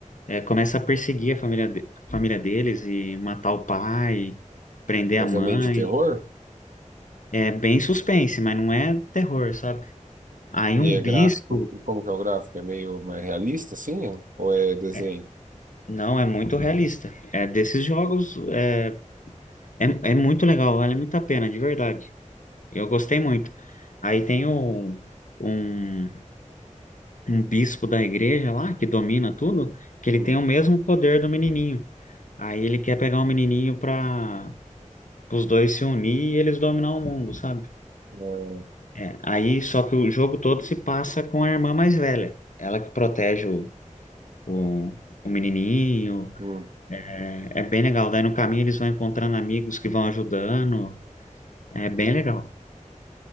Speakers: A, on the left; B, on the right.
A: eh, começa a perseguir a família, de- a família deles e matar o pai, prender
B: Mas
A: a mãe.
B: é meio de terror?
A: É bem suspense, mas não é terror, sabe? Aí
B: E
A: um
B: é
A: bispo.
B: gráfico. E como que é o gráfico? É meio mais realista, assim? Ou é desenho?
A: é, Não, é muito realista. É desses jogos. É, é, é muito legal, vale muito a pena, de verdade. Eu gostei muito. Aí tem um, um um bispo da igreja lá, que domina tudo, que ele
B: Hum.
A: tem o mesmo poder do menininho. Aí ele quer pegar o menininho para os dois se unir e eles dominar o mundo, sabe?
B: É,
A: É, aí só que o jogo todo se passa com a irmã mais velha. Ela que protege o, o, o menininho.
B: hum.
A: É, é bem legal. Daí no caminho eles vão encontrando amigos que vão ajudando. É bem legal.